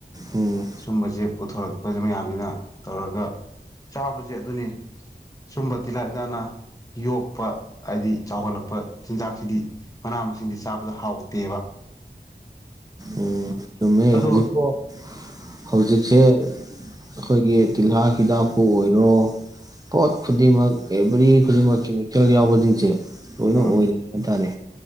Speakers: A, on the right; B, on the left.
A: ꯎꯝ
B: ꯁꯨꯝꯕꯁꯦ ꯄꯨꯊꯣꯔꯛꯄꯁꯦ ꯃꯌꯥꯝꯅꯤꯅ ꯇꯧꯔꯒ ꯆꯥꯕꯁꯦ ꯑꯗꯨꯅꯤ ꯁꯨꯝꯕ ꯇꯤꯜꯍꯥ ꯏꯤꯟꯅꯥꯅ ꯌꯣꯛꯄ ꯍꯥꯏꯗꯤ ꯆꯥꯎꯈꯠꯂꯛꯄ ꯆꯤꯟꯖꯥꯛꯁꯤꯗꯤ ꯃꯅꯥ ꯃꯁꯤꯡꯗꯤ ꯆꯥꯕꯗ ꯍꯥꯎꯇꯦꯕ
A: ꯎꯝ ꯆꯃꯦ
B: ꯑꯗꯣ
A: ꯍꯧꯖꯤꯛꯄꯣ ꯍꯧꯖꯤꯛꯁꯦ ꯑꯩꯈꯣꯏꯒꯤ ꯇꯤꯜꯍꯥ ꯍꯤꯗꯥꯛꯄꯨ ꯑꯣꯏꯔꯣ ꯄꯣꯠ ꯈꯨꯗꯤꯡꯃꯛ ꯑꯦꯕ꯭ꯔꯤ ꯈꯨꯗꯤꯡꯃꯛ ꯀꯦꯃꯤꯀꯦꯜ ꯌꯥꯎꯕꯁꯤꯡꯁꯦ ꯂꯣꯏꯅ
B: ꯎꯝ
A: ꯑꯣꯏꯔꯦ ꯍꯥꯏꯇꯥꯔꯦ